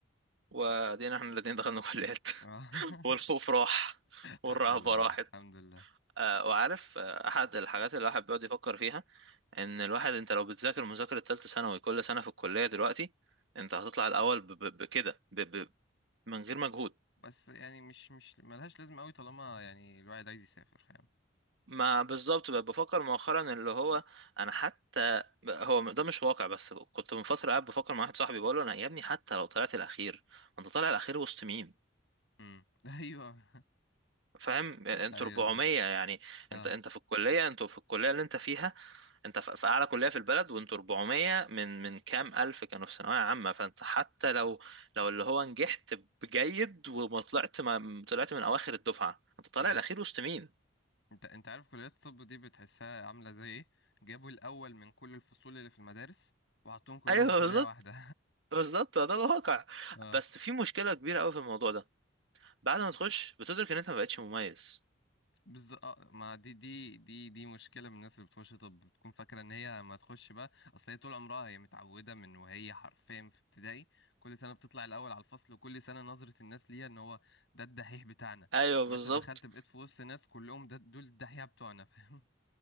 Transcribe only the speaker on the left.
<laughs>
الحمد
لله
والله الحمد لله
بس يعني مش مش ملهاش لازمة قوي طالما يعني الواحد عايز يسافر فاهم
امم <laughs> ايوه
ايوه
بالظبط
اه
امم
انت انت عارف كليات الطب دي بتحسها عاملة زي ايه جابوا الاول من كل الفصول اللي في المدارس وحطوهم كلهم
في كلية
واحدة
<laughs>
اه
بز... آه، ما دي دي دي دي مشكله من الناس اللي بتخش طب بتكون فاكره ان هي ما تخش بقى اصل هي طول عمرها هي متعوده من وهي حرفيا في ابتدائي كل سنه بتطلع الاول على الفصل وكل سنه نظره الناس ليها ان هو ده الدحيح بتاعنا
اما
انت دخلت بقيت في وسط ناس كلهم ده دول الدحيح بتوعنا فاهم